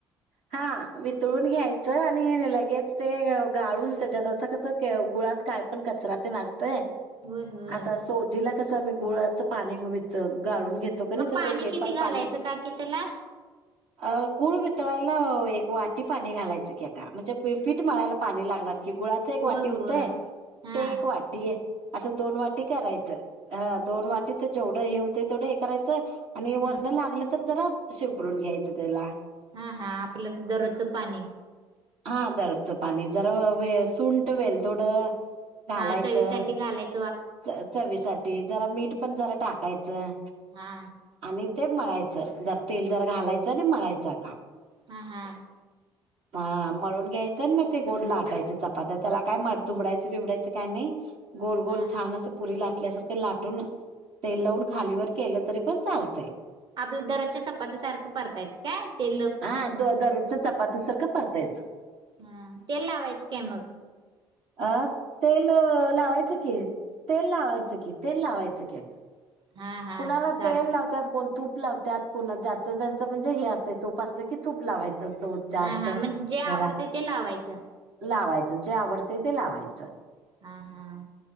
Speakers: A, on the right; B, on the right.
A: हा वितळून. घ्यायच आणि लगेच ते गाळून त्याच्यातस कस गुळात काय पण कचरा ते असत. य
B: होय होय
A: आता सोजीला कसं गुळाचं पाणी गवितत गाळून घेतो का नाही
B: मग
A: तस
B: पाणी
A: हे
B: किती
A: पण
B: घालायचं
A: पाणी,
B: काकी त्याला
A: अ गुळ वितळायला एक वाटी पाणी घालायचं कि आता, म्हणजे पीठ मळायला पाणी लागणार कि गुळाच
B: होय
A: एक वाटी होतय
B: होय हा
A: ते एक वाटी, असं दोन वाटी करायचं हा दोन वाटी त जेवढ हे होतं तेवढं हे करायचं आणि वरण
B: हा
A: लागलं तर जरा शिंपडून घ्यायचं त्याला
B: हा हा आपलं दररोजचं पाणी
A: हा दरोजचं पाणी जरा सुंट, वेलदोड घालायचं.
B: हा चवी साठी घालायच
A: च चवीसाठी जरा मीठ पण जरा टाकायचं
B: हा.
A: आणि ते मळायचं जर तेल जर घालायचं आणि मळायच आता
B: हम्म हम्म.
A: हा मळून घ्यायचं मग ते गोड लाटायच चपात्या त्याला काय दुमडायचं बिमडायचं काय नाही. गोल
B: हा
A: गोल छान असं पुरी लाट ल्यासारख लाटून तेल लावून खालीवर केलं तरी पण चालतय.
B: आपलं दररोजच्या चपाती सारखं परतायच काय ते?
A: हा द दररोजच्या चपती सारख परतायच.
B: हा, तेल लावायचं काय मग?
A: अ तेल लावायचं कि तेल लावायचं कि तेल लावायचं कि आता
B: हा हा
A: कुणाला
B: चालते
A: तेल लावत्यात कोण तूप तूप लावत्यात कुणा ज्याचं त्यांच म्हणजे हे असतय तूप असलं की तूप लावायच. तूप जास्त
B: हा हा म्हणजे जे
A: घरात
B: आवडते ते लावायचं
A: लावायच जे आवडतेय ते लावायचं
B: हा हा